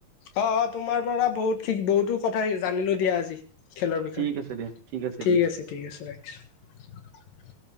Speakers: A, on the left (about 75°); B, on the right (about 70°).
A: অহ', অহ' তোমাৰ পৰা বহুত, বহুতো কথা জানিলোঁ দিয়া আজি। খেলৰ বিষয়ে।
B: ঠিক আছে দিয়া
A: ঠিক
B: দিয়া
A: আছে, ঠিক আছে ৰাখিছোঁ।